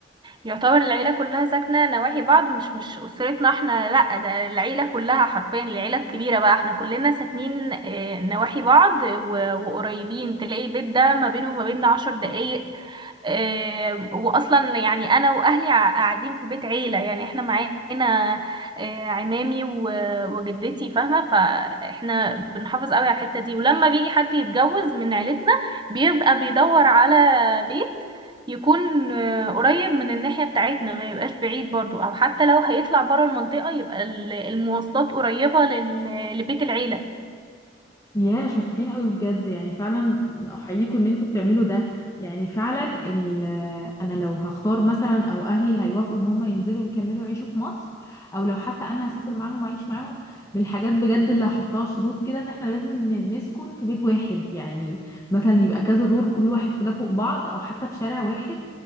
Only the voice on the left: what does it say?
يا شاطرين قوي بجد يعني فعلا احييكم ان انتوا بتعملوا ده يعني فعلا ال- انا لو هختار مثلا او اهلي هيوافقوا ان هم ينزلوا ويكملوا يعيشوا في مصر او لو حتى انا هسافر معاهم اعيش معاهم من الحاجات بجد اللي هحطها شروط كده ان احنا لازم ن- نسكن في بيت واحد يعني مثلا يبقى كذا دور كل واحد كده فوق بعض او حتى في شارع واحد